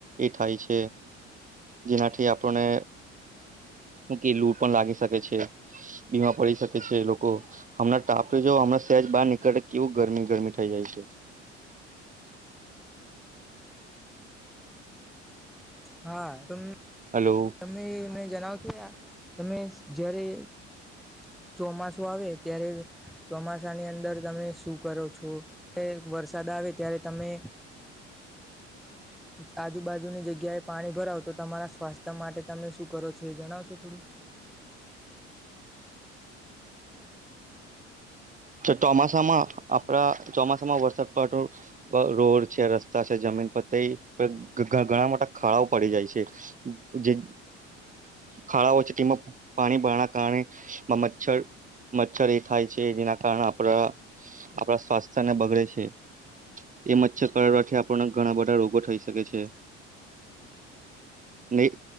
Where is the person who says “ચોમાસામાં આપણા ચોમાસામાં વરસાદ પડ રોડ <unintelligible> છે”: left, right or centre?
Right